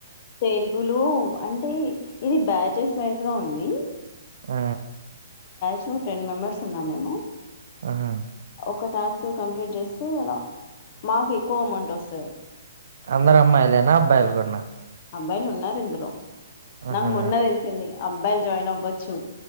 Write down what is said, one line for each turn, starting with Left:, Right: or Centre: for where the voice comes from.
Left: తెలుగులో అంటే ఇది బ్యాచెస్ వైజ్ గా ఉంది
Right: ఆ
Left: సో టెన్ మెంబర్స్ ఉన్నాం మేము
Right: ఆ హు
Left: ఒక టాస్క్ కంప్లీట్ చేస్తే ఇలా మాకు ఎక్కువ అమౌంట్ వస్తుంది
Right: అందరు అమ్మాయిలేనా అబ్బాయిలు కూడాన్నా
Left: అబ్బాయిలు ఉన్నారు ఇందులో
Right: ఆహా!
Left: నాకు మొన్న తెలిసింది అబ్బాయిలు జాయిన్ అవ్వచ్చు